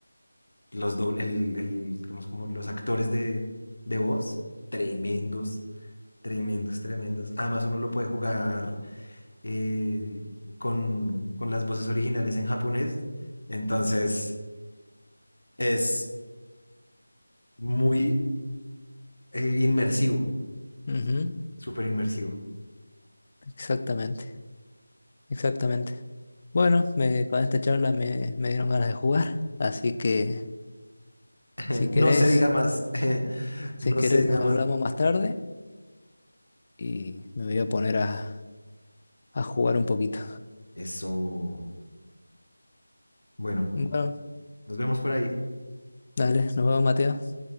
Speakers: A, on the left (about 65°); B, on the left (about 30°).
A: Los doble, el, el- digamos como los actores de, de voz, tremendos, tremendos, tremendos. Además, uno lo puede jugar eh, con, con las voces originales en japonés. Entonces, es muy Eh, inmersivo,
B: Ujú,
A: súper inmersivo.
B: exactamente, exactamente. Bueno, me- con esta charla me, me dieron ganas de jugar. Así que
A: <laughs>
B: si
A: No
B: querés,
A: se diga más, <laughs>
B: si
A: no
B: querés
A: se diga
B: nos
A: más.
B: hablamos más tarde y me voy a poner a a jugar un poquito.
A: Eso. Bueno,
B: Bueno,
A: nos vemos por ahí.
B: dale, nos vemos, Mateo.